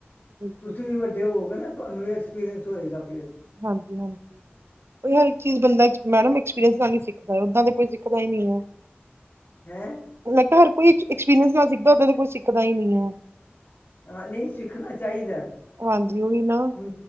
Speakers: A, on the right; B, on the left.
A: ਬਿਲਕੁਲ
B: ਤੁਸੀ ਵੀ ਵੱਡੇ ਹੋਵੋਗੇ ਨਾ ਤੁਆਨੂੰ ਵੀ ਐਕਸਪੀਰੀਅੰਸ ਹੋਏਗਾ ਫੇਰ।
A: ਹਾਂਜੀ-ਹਾਂਜੀ ਕੋਈ ਹਰ ਏੱਕ ਚੀਜ਼ ਬੰਦਾ ਮੈਡਮ ਐਕਸਪੀਰੀਅੰਸ ਨਾਲ ਈ ਸਿੱਖਦੈ, ਓਦਾਂ ਤੇ ਕੋਈ ਸਿੱਖਦਾ ਈ ਨਈ ਐ।
B: ਹੈਂ!
A: ਮੈ ਕਿਆ ਹਰ ਕੋਈ ਐਕਸ, ਐਕਸਪੀਰੀਅੰਸ ਨਾਲ ਸਿੱਖਦੈ ਓਦਾਂ ਤਾਂ ਕੋਈ ਸਿੱਖਦਾ ਈ ਨੀ ਐ।
B: ਹਾਂ ਨਈ ਸਿੱਖਨਾ ਚਾਈਦੈ,
A: ਹਾਂਜੀ ਉਹੀ ਨਾ
B: ਹੂੰ।